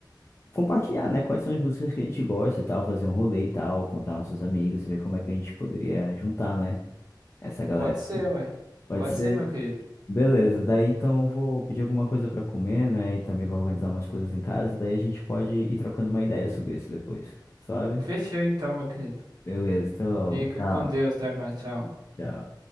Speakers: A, on the left (about 35°); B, on the right (about 60°).
A: compartilhar, né? Quais são as músicas que a gente gosta e tal, fazer um rolê e tal, convidar nossos amigos e ver como é que a gente poderia juntar, né? Essa galera,
B: Pode
A: assim.
B: ser, ué.
A: Pode
B: Pode
A: ser.
B: ser, meu querido.
A: Beleza, daí então eu vou pedir alguma coisa pra comer, né? E também vou organizar umas coisas em casa, daí a gente pode ir trocando uma ideia sobre isso depois, sabe?
B: Fechou então, meu querido.
A: Beleza, até logo.
B: Fica
A: Tchau.
B: com Deus, Dharma. Tchau.
A: Tchau.